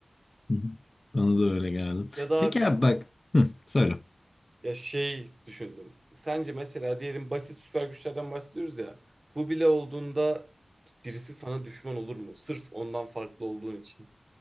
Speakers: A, on the left; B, on the right.
A: hı hı. Bana da öyle geldi.
B: Ya da
A: Peki
B: abi işte-
A: abi bak hı, söyle.
B: ya şey düşündüm. Sence mesela diyelim basit süper güçlerden bahsediyoruz ya. Bu bile olduğunda birisi sana düşman olur mu? Sırf ondan farklı olduğun için.